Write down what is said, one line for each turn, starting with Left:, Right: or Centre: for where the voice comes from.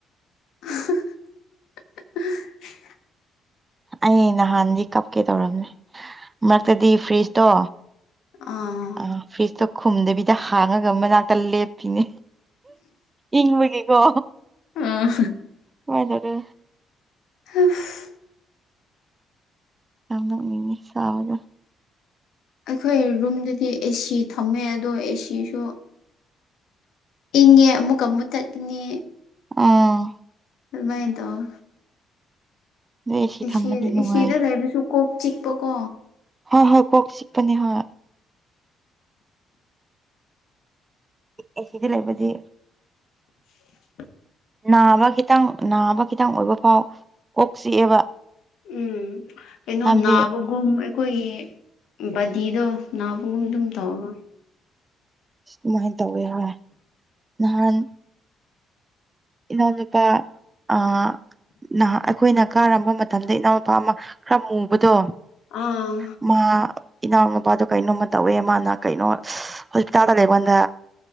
Left: ꯑꯍꯥ
Right: ꯑꯩ ꯅꯍꯥꯟꯗꯤ ꯀꯞꯀꯦ ꯇꯧꯔꯝꯅꯦ ꯃꯔꯛꯇꯗꯤ ꯐ꯭ꯔꯤꯖꯇꯣ
Left: ꯑꯥ
Right: ꯑ ꯐ꯭ꯔꯤꯖꯇꯣ ꯈꯨꯝꯗꯕꯤꯗ ꯍꯥꯡꯉꯒ ꯃꯅꯥꯛꯇ ꯂꯦꯞꯄꯤꯅꯦ ꯏꯪꯕꯒꯤꯀꯣ
Left: ꯑꯥ
Right: ꯋꯥꯥꯏ ꯇꯔ
Left: ꯑ
Right: ꯌꯥꯝꯅꯣꯛꯅꯤꯡꯉꯦ ꯁꯥꯕꯗ
Left: ꯑꯩꯈꯣꯏ ꯔꯨꯝꯗꯗꯤ ꯑꯦꯁꯤ ꯊꯝꯃꯦ ꯑꯗꯣ ꯑꯦꯁꯤꯁꯨ ꯏꯪꯉꯦ ꯑꯃꯨꯛꯀ ꯃꯨꯊꯠꯀꯅꯤ
Right: ꯑꯥ
Left: ꯑꯗꯨꯃꯥꯏꯅ ꯇꯧꯏ
Right: ꯑꯗꯨ ꯑꯦꯁꯤ
Left: ꯑꯦ
Right: ꯊꯝꯃꯗꯤ ꯅꯨꯡꯉꯥꯏ
Left: ꯁꯤꯗ ꯂꯩꯕꯁꯨ ꯀꯣꯛ ꯆꯤꯛꯄ ꯀꯣ
Right: ꯍꯣꯏ ꯍꯣꯏ ꯀꯣꯛ ꯆꯤꯛꯄꯅꯦ ꯍꯣꯏ ꯑꯦ ꯁꯤꯗꯤ ꯂꯩꯕꯗꯤ
Left: <inaudible>
Right: ꯅꯥꯕ ꯈꯤꯇꯪ ꯅꯥꯕ ꯈꯤꯇꯪ ꯑꯣꯏꯕ ꯐꯥꯎ ꯀꯣꯛ ꯆꯤꯛꯑꯦꯕ
Left: ꯎꯝ ꯀꯩꯅꯣ
Right: ꯍꯥꯏꯕꯗꯤ
Left: ꯅꯥꯕꯒꯨꯝ ꯑꯩꯈꯣꯏꯒꯤ ꯕꯗꯤꯗꯣ ꯅꯥꯕꯒꯨꯝ ꯑꯗꯨꯝ ꯇꯧꯕ
Right: ꯁꯨꯃꯥꯏꯅ ꯇꯧꯋꯦ ꯍꯣꯏ ꯅꯍꯥꯟ ꯏꯅꯥꯎꯅꯨꯄꯥ ꯑꯥ ꯅꯥꯍꯟ ꯑꯩꯈꯣꯏꯅ ꯀꯥꯔꯝꯕ ꯃꯇꯝꯗ ꯏꯅꯥꯎꯅꯨꯄꯥ ꯑꯃ ꯈꯔ ꯃꯨꯕꯗꯣ
Left: ꯑꯥ
Right: ꯃꯥ ꯏꯅꯥꯎꯅꯨꯄꯥꯗꯣ ꯀꯩꯅꯣꯝꯃ ꯇꯧꯋꯦ ꯃꯥꯅ ꯀꯩꯅꯣ ꯍꯣꯁꯄꯤꯇꯥꯜꯗ ꯂꯩꯕꯒꯥꯟꯗ